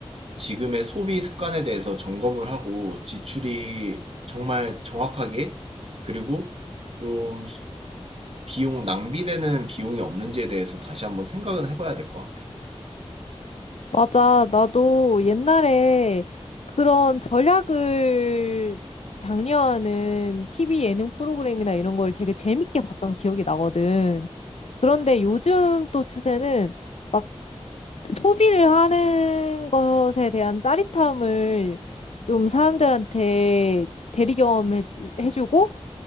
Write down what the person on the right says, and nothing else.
지금의 소비 습관에 대해서 점검을 하고 지출이 정말 정확하게 그리고 좀 비용 낭비되는 비용이 없는지에 대해서 다시 한번 생각은 해봐야 될 것 같아.